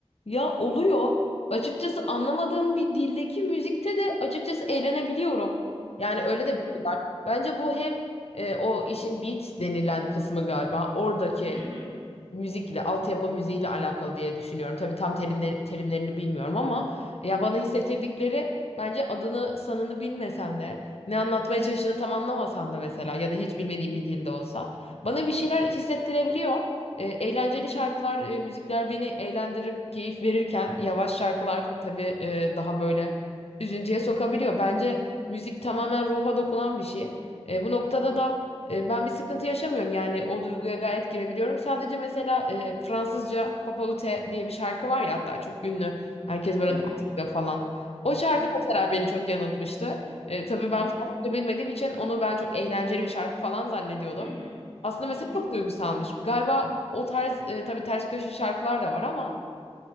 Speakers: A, on the left; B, on the right.
A: Ya oluyor. Açıkçası anlamadığım bir dildeki müzikte de açıkçası eğlenebiliyorum. Yani öyle
B: Hı
A: de
B: hı,
A: bir şey var. Bence bu hem e, o işin beat denilen kısmı galiba. Oradaki
B: hı hı,
A: müzikle, altyapı müziğiyle alakalı diye düşünüyorum. Tabii tam terimleri, terimlerini bilmiyorum ama ya bana hissettirdikleri bence adını sanını bilmesem de ne anlatmaya çalıştığını tam anlamasam da mesela ya da hiç bilmediğim bir dilde olsa bana bir şeyler hissettirebiliyor. E, eğlenceli şarkılar, e, müzikler beni eğlendirip keyif verirken yavaş şarkılar tabii e, daha böyle üzüntüye sokabiliyor. Bence müzik tamamen ruha dokunan bir şey. E, bu noktada da e, Ben bir sıkıntı yaşamıyorum yani o duyguya gayet girebiliyorum. Sadece mesela e, Fransızca Papa Ute diye bir şarkı var ya hatta çok ünlü. Herkes böyle
B: hı hı,
A: dans ediyor falan. O şarkı
B: hı hı,
A: mesela beni çok yanıltmıştı. E, tabii ben
B: hı hı,
A: Fransızca bilmediğim için onu ben çok eğlenceli bir şarkı falan zannediyordum.
B: hı hı,
A: Aslında mesela
B: hı hı.
A: çok duygusalmış. Galiba o tarz e, tabii ters köşe şarkılar da var ama.